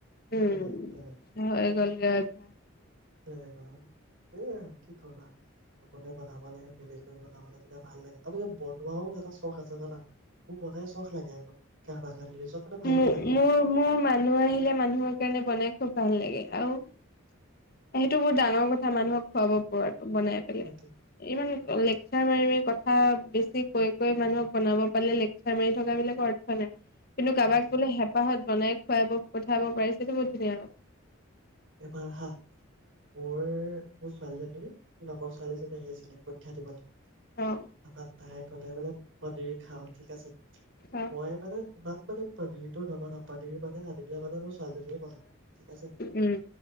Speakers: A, on the left; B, on the right.
A: উম,
B: সেয়ে আৰু তে-
A: হৈ গ'লগে অভ্যাস।
B: তেনেকুৱা, এইয়াই কি কৰিবা। সকলোৱে বনাব লাগে, মিলি কৰি বনাব লাগে তেতিয়া ভাল লাগে। অবৱশ্যে বনোৱাওঁ এটা চখ আছে জানা? মোৰ বনাই চখ লাগে আকৌ কাৰণে নিজৰ কাৰণে ভালো
A: মো,
B: লাগে বাৰু
A: মোৰ, মোৰ মানুহ আহিলে, মানুহৰ কাৰণে বনাই খুব ভাল লাগে আৰু এইটো বহুত ডাঙৰ কথা মানুহক খুৱাব পৰাটো, বনাই পেলাই
B: সেইটোৱে
A: ইমান লেকচাৰ মাৰি, মাৰি কথা বেছি কৈ, কৈ মানুহক বনাব পালে, লেকচাৰ মাৰি থকা বিলাকৰ অৰ্থ নাই। কিন্তু কাৰোবাক
B: সেইটোৱে
A: বোলে হেঁপাহত বনাই খুৱাব পঠাব পাৰিছেতো বহুত ধুনীয়া
B: এবাৰ হাহ মোৰ, মোৰ ছোৱালীজনীৰ লগৰ ছোৱালীজনী আহিছিলে পৰীক্ষা দিবলৈ।
A: অ
B: আমাক তাই ক'লে বোলে পনীৰ খাওঁ ঠিক আছে, চুচ
A: অ
B: মই মানে ইমান মানে পনীৰটোও নবনাও, পনীৰ মানে আনিলে মানে মোৰ স নৱনাও মানুহজনীয়ে বনাই ঠিক আছে।
A: উম